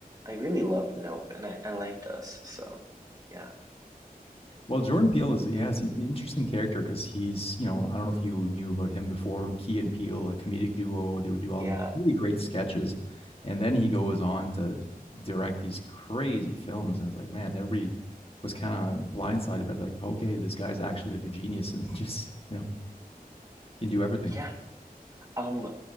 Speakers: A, on the right (about 25°); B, on the left (about 40°).
A: I really loved Nope, and I I liked Us, so yeah.
B: Well, Jordan Peele is yeah, he's an interesting character because he's you know I don't know if you knew about him before. Key and Peele, a comedic duo, they would do all
A: Yeah.
B: these really great sketches, and then he goes on to direct these crazy films, and it's like man, everybody was kind of blindsided, but like okay, this guy's actually like a genius and <laughs> just you know can do everything.
A: Yeah. Um,